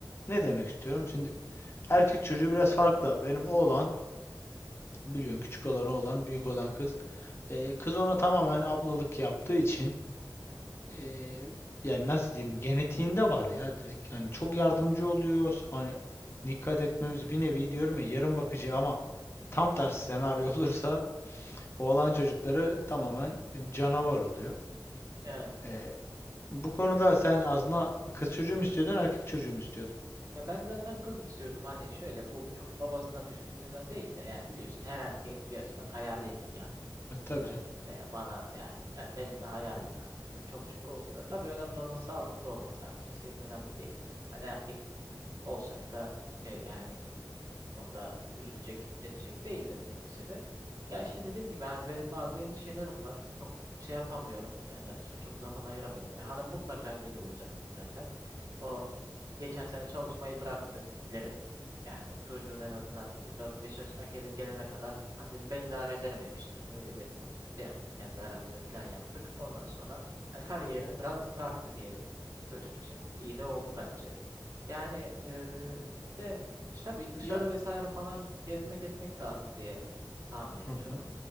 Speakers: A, on the left; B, on the right.
A: Ne demek istiyorum? Şimdi erkek çocuğu biraz farklı. Benim oğlan biliyorsun küçük olan oğlan, büyük olan kız. Ee, kız ona tamamen ablalık yaptığı için
B: hı hı,
A: ee, yani nasıl diyeyim genetiğinde var ya direkt. Yani çok yardımcı oluyor. Hani dikkat etmemiz bir nevi diyorum ya yarım bakıcı ama tam tersi senaryo <laughs> olursa
B: hı hı.
A: oğlan çocukları tamamen canavar oluyor.
B: Evet ya.
A: Ee, bu konuda sen aslında kız çocuğu mu istiyordun, erkek çocuğu mu istiyordun?
B: Ya ben zaten kız istiyordum hani şöyle bu çok babasına düşkünlüğünden değil de yani biliyorsun her erkeğin bir açıdan hayalidir ya.
A: E, tabii
B: Hani
A: canım.
B: veya bana yani, yani benim de hayalim hakikaten. Çok şükür oldu da. Tabii önemli olan sağlıklı olması. Hani cinsiyet önemli değil. Hani erkek Olsaydı da şey yani bu konuda üzülecek, edecek değildim neticede. Ya işte dediğim gibi hani benim bazı endişelerim var. Çok şey yapamıyorum kendi açıma. Çok zaman ayıramıyorum. Ya hanım mutlaka ilgili olacaktır zaten. O geçen sene çalışmayı bıraktı bilerek. Yani çocuğun en azından e, dört beş yaşına gele- gelene kadar hani dedim ben idare ederim ev işlerini. Öyle bir şey yaptık. Kendi aramızda plan yaptık. Ondan sonra hani kariyerini biraz bıraktı diyelim çocuk için. İyi de oldu bence. Yani e, işte işte Tabii dışarı
A: Ya.
B: vesaire falan gezmek etmek lazım diye tahmin ediyorum.
A: Hı hı.